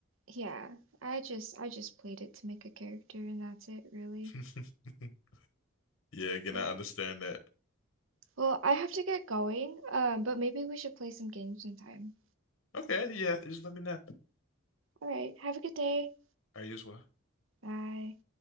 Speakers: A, on the right; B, on the left.
A: Yeah. I just I just played it to make a character and that's it, really.
B: <laughs> yeah, again,
A: Well,
B: I understand that.
A: well, I have to get going, um, but maybe we should play some games sometime.
B: Okay, yeah, just let me know.
A: All right, have a good day.
B: Are you as well?
A: Bye.